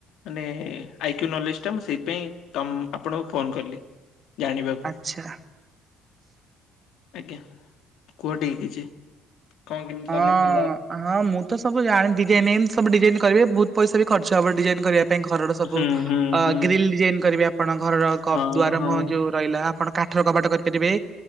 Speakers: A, on the left; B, on the right.
A: ମାନେ ଆଇକ୍ୟୁ ନଲେଜଟା ମୁଁ ସେଇଥିପାଇଁ ତମୁ ଆପଣଙ୍କୁ ଫୋନ କଲି ଜାଣିବାକୁ।
B: ଆଚ୍ଛା
A: ଆଜ୍ଞା କୁହଟିକେ କିଛି କଣ କେମିତି
B: ହଁ
A: କଲେ ଭଲ ହବ।
B: ହଁ ମୁଁ ତ ସବୁ ଜାଣି ଡିଜାଇନ ଏମତି ସବୁ ଡିଜାଇନ କରିବେ ବୋହୁତ ପଇସା ବି ଖର୍ଚ୍ଚ ହବ ଡିଜାଇନ କରିବା ପାଇଁ ଘରର ସବୁ
A: ହୁଁ ହୁଁ
B: ଅ
A: ହୁଁ
B: ଗ୍ରିଲ ଡିଜାଇନ କରିବେ ଆପଣ ଘରର କ
A: ହଁ
B: ଦୁଆର
A: ହଁ।
B: ମୁହଁ ଯୋଉ ରହିଲା ଆପଣ କାଠର କବାଟ କରିପାରିବେ